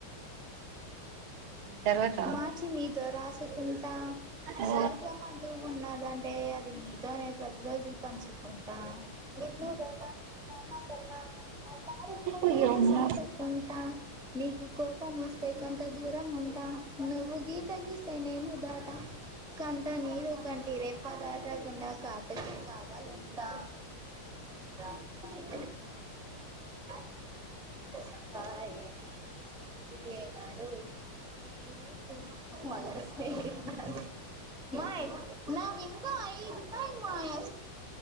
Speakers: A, on the right (about 75°); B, in the centre.
A: తర్వాత
B: మార్చి నీతో రాసుకుంటా
A: ఓ
B: స్వర్గమంటూ ఉన్నదంటే అది నీతోనే ప్రతి రోజు పంచుకుంటా నిన్ను గన్నా మీ నాన్న కన్నా అల్లారు ముద్దుగా
A: ఓయమ్మో
B: సాకకుంటా నీకు కోపం వస్తే కొంత దూరం ఉంటా నువ్వు గీత గీస్తే నేను దాటా కంట నీరు కంటే రెప్ప దాటకుండా కాటుకే కావాల అంటా రాంబాయి మన సాయనే ఏనాడు ఏ మనసే మనసే మయ నావి ఇంకా ఐదుపాయి మాయా